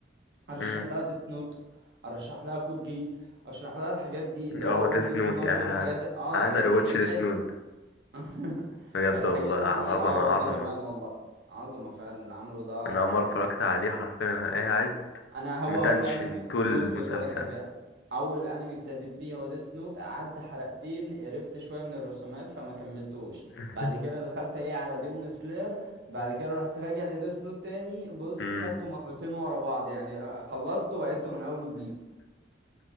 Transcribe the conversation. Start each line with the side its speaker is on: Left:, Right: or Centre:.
Right: ارشح
Left: امم
Right: لها ديس نوت ارشح لها كود جيس اشرح لها الحاجات دي اللي
Left: اه
Right: هو وان
Left: ديث
Right: بيس
Left: نوت
Right: وناروتو
Left: يا انا
Right: والحاجات اه
Left: عايز اريوتش
Right: الحاجات
Left: ديث نوت
Right: <laughs>
Left: بجد
Right: الحاجات
Left: والله عظمة
Right: دي اه
Left: عظمة
Right: وانا كمان والله عظمه فعلا اللي عمله ده
Left: أنا أول
Right: رائع
Left: ما اتفرجت عليه حرفيا أنا قاعد
Right: انا هو
Left: متنشن
Right: اول انمي
Left: طول المسلسل
Right: بص بص اقول لك حاجه اول انمي ابتديت بيه هو ديس نوت قعد حلقتين قرفت شويه من الرسومات فما كملتوش
Left: <laughs>
Right: بعد كده دخلت ايه على ديمون سلاير بعد كده رحت راجع لديس نوت تاني بص
Left: أمم،
Right: خدته مرتين ورا بعض يعني آه، خلصته وعدته من اول وجديد